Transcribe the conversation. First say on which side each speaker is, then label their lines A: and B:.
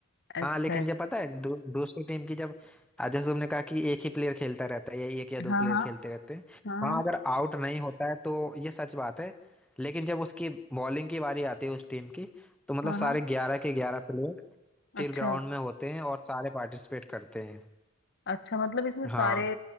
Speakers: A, on the left (about 55°); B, in the centre.
A: अच्छा
B: हाँ लेकिन
A: अच्छा
B: जब पता है दू, दूसरी टीम की जब आज जैसे तुमने कहा कि एक ही प्लेयर खेलता रहता है या एक या दो
A: हाँ
B: प्लेयर
A: हाँ
B: खेलते रहते हैं
A: हाँ
B: हाँ अगर आउट नहीं होता है तो ये सच बात है लेकिन जब उसकी बॉलिंग की बारी आती है उस टीम की तो मतलब
A: हाँ हाँ
B: सारे
A: हाँ,
B: ग्यारह के ग्यारह प्लेयर फिर
A: अच्छा
B: ग्राउंड में होते हैं और सारे पार्टिसिपेट करते हैं
A: अच्छा मतलब इसमें सारे
B: हाँ